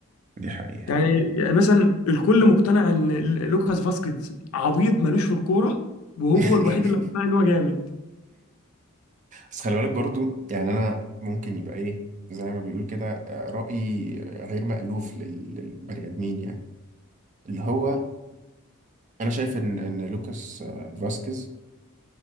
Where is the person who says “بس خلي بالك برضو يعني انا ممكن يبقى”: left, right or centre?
Right